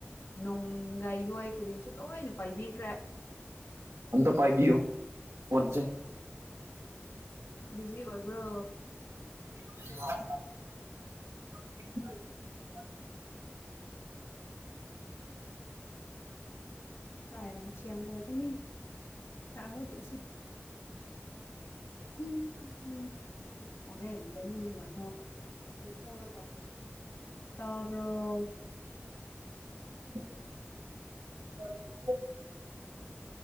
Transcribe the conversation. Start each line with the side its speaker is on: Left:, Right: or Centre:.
Left: ꯅꯣꯡꯒꯥꯏ ꯍꯣꯏ ꯀꯔꯤꯁꯨ ꯂꯣꯏꯅ ꯄꯥꯏꯕꯤꯈ꯭ꯔꯦ
Right: ꯑꯝꯇ ꯄꯥꯏꯕꯤꯌꯨ ꯐꯣꯟꯁꯦ
Left: ꯕꯤꯖꯤ ꯑꯣꯏꯕ꯭ꯔꯣ
Right: <unintelligible>
Left: <unintelligible> <unintelligible> ꯇꯥꯕꯔꯣ
Right: <unintelligible>